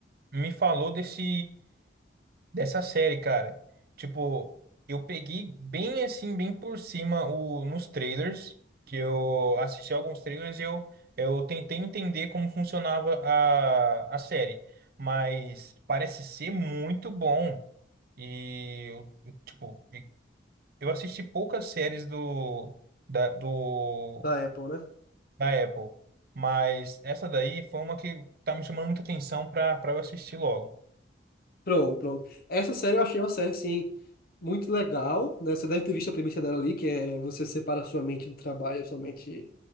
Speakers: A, on the right; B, on the left.
A: me falou desse, dessa série, cara. Tipo, eu peguei bem assim, bem por cima o, nos trailers, que eu assisti alguns trailers e eu, eu tentei entender como funcionava a, a série. Mas parece ser muito bom. E, eu, eu, tipo, eu assisti poucas séries do, da, do
B: Da Apple, né?
A: da Apple. Mas essa daí foi uma que tá me chamando muita atenção pra, pra eu assistir logo.
B: Pronto, pronto. Essa série eu achei uma série, assim. muito legal, né? Você deve ter visto a premissa dela ali, que é você separa a sua mente do trabalho, a sua mente